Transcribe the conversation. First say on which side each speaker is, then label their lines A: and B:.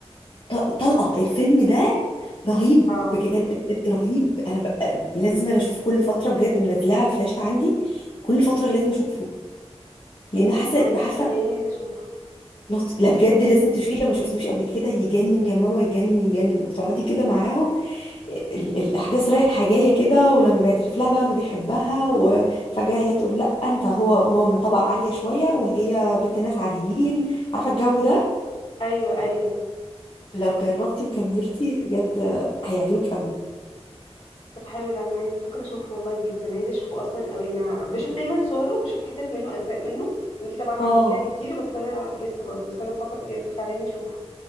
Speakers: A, on the left; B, on the left.
A: ط- طلقة الفيلم ده رهيب
B: اه
A: بجد بجد رهيب انا بقى لازم انا اشوفه كل فترة بجد منزلاه على الفلاشة عندي كل فترة
B: م.
A: لازم اشوفه لان حاسة
B: انا انت
A: بعارفة
B: مخليني عايزه اشوفه
A: لط... لا بجد لازم تشوفيه لما شفتوش قبل كده يجنن يا مروة يجنن يجنن وبتقعدي كده معاهم ال- الاحداث رايحه جايه كده ولما بيعترف لها بقى انه بيحبها وفجاه هي تقول لا انت هو هو من طبقه عاليه شويه وهي
B: م.
A: بنت ناس عاديين عارفه الجو ده
B: ايوه ايوه
A: لو جربتي وكملتي بجد هيعجبك قوي
B: طب حلو ده انا عايزه بفكر اشوفه والله جدا عايزه اشوفه اصلا قوي انا بشوف دايما صوره بشوف حتت منه اجزاء منه وانتي طبعا حكيتي
A: اه
B: لي عليه كتير بس انا لسه برضه بس انا بفكر بجد فعليا اشوفه